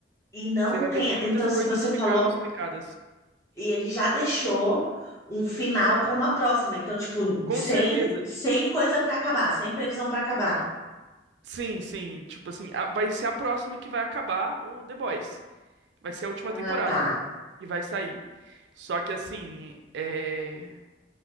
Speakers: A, on the left; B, on the right.
A: e não
B: Você vai
A: tem.
B: ver que muitas
A: Então,
B: coisas
A: se você
B: ficaram
A: falou,
B: explicadas.
A: e ele já deixou um final para uma próxima. Então, tipo,
B: Com
A: sem,
B: certeza.
A: sem coisa para acabar, sem previsão para acabar.
B: Sim, sim, tipo assim, a- vai ser a próxima que vai acabar o The Boys. Vai ser a última
A: Ah,
B: temporada
A: tá.
B: que vai sair. Só que assim, é...